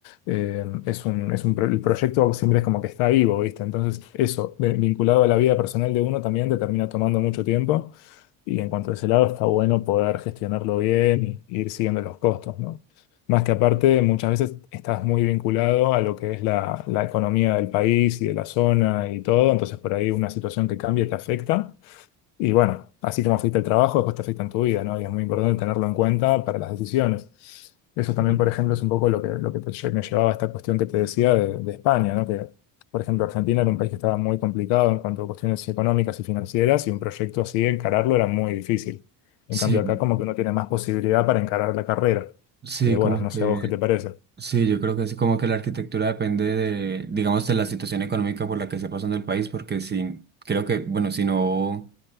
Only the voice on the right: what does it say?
Sí,
sí,
sí,
como
que,
sí, yo creo que sí, como que la arquitectura depende de, digamos, de la situación económica por la que esté pasando el país, porque si, creo que, bueno, si no.